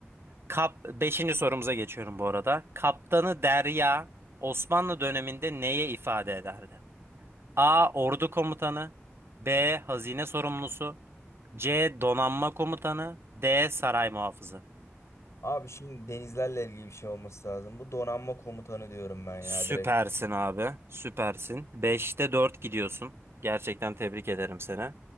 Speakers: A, on the right; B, on the left.
A: Kap beşinci sorumuza geçiyorum bu arada. Kaptanı Derya Osmanlı döneminde neye ifade ederdi? A. Ordu komutanı B. Hazine sorumlusu C. Donanma komutanı D. Saray muhafızı.
B: Abi şimdi denizlerle ilgili bir şey olması lazım. Bu donanma komutanı diyorum ben ya
A: Süpersin
B: direkt.
A: abi. Süpersin. Beşte 4 gidiyorsun. Gerçekten tebrik ederim seni.